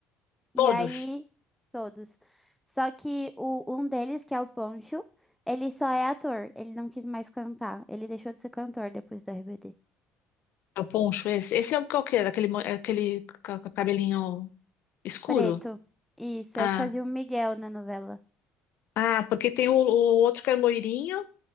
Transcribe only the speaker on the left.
Todos?
É o poncho esse? Esse é o que é o quê? Aquele, mo- é aquele ca- ca- cabelinho escuro?
Ah,
ah, porque tem o, o outro que é loirinho.